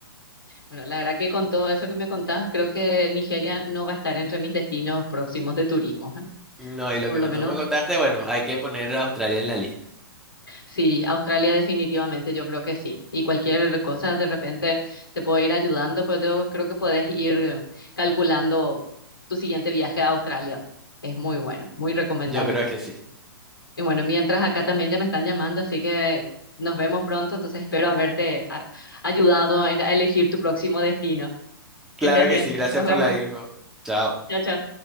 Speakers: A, on the left; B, in the centre.
A: Bueno, la verdad que con todo eso que me contabas, creo que Nigeria no va a estar entre mis destinos próximos de turismo, ¿eh?
B: No, y lo
A: Por
B: que
A: lo
B: me,
A: menos
B: tú me contaste, bueno, hay que poner a Australia en la lista.
A: Sí, Australia definitivamente, yo creo que sí. Y cualquier cosa de repente te puedo ir ayudando, pero yo creo que puedes ir calculando tu siguiente viaje a Australia. Es muy bueno, muy recomendable.
B: Yo creo que sí.
A: Y bueno, mientras acá también ya me están llamando, así que nos vemos pronto, entonces espero haberte a- ayudado a a elegir tu próximo destino.
B: Claro
A: Que estés
B: que
A: bien,
B: sí, gracias
A: nos
B: por
A: vemos.
B: la info. Chao.
A: Chao, chao.